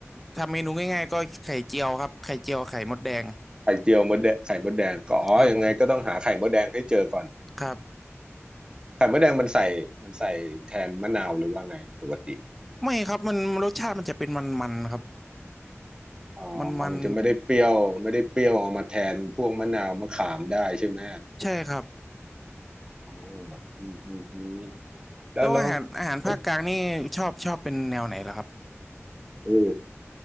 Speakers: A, in the centre; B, on the right.
A: ทำเมนูง่ายๆก็ไข่เจียวครับไข่เจียวไข่มดแดง
B: ไข่เจียวมดแดงไข่มดแดงก็อ๋อยังไงก็ต้องหาไข่มดแดงให้เจอก่อน
A: ครับผมครับ
B: ไข่มดแดงมันใส่มันใส่แทนมะนาวหรือว่าไงปกติ
A: ไม่ครับมันรสชาติมันจะเป็นมันๆครับ
B: อ๋อมันจะไม่ได้เปรี้ยวไม่ได้เปรี้ยวเอามาแทนพวกมะนาวมะขามได้ใช่ไหม
A: มันๆใช่ครับ
B: อ๋ออืมอืมอืมแล้วแล้ว
A: แล้วอาหารอาหารภาคกลางนี่ชอบชอบเป็นแนวไหนล่ะครับ
B: มดโอ้